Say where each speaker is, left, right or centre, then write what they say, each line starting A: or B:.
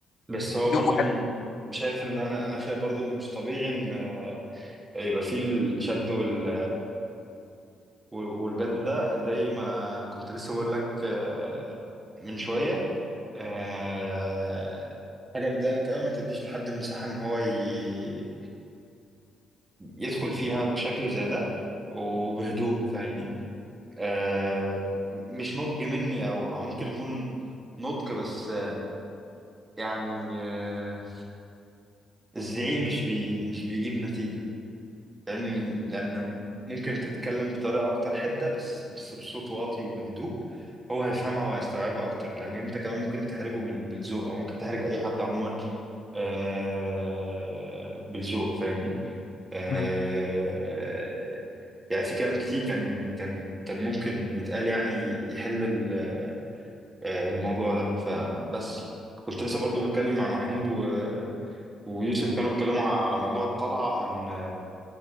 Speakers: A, on the right (about 20°); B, on the left (about 55°).
A: بس هو برضو
B: يوم واحد
A: م- شايف إن أنا أنا شايف برضو إنه مش طبيعي إن آه، يبقى فيه الشد وال وال- والجذب ده زي ما كنت لسه بقول لك آه، من شوية آه، حاجة بتضايقك أوي ما تديش لحد المساحة إن هو ي... يدخل فيها بشكل زي ده وبهدوء فاهمني آه مش نضج مني أو أو ممكن يكون نضج بس آه، يعني آه الزعيق مش بي مش بيجيب نتيجة لأن لأن ممكن تتكلم بطريقة أكتر حدة بس بس بصوت واطي وبهدوء هو هيفهمها وهيستوعبها أكتر لأن أنت كمان ممكن تحرجه بال- بالذوق أو ممكن تحرج أي حد عموما آه بالذوق فاهمني آه
B: مم.
A: يعني في كلام كتير كان كان كان ممكن يتقال يعني يحل ال- آه، الموضوع ده فبس كنت لسه برضو بتكلم مع محمود و... ويوسف كانوا بيتكلموا على موضوع الطلعة هن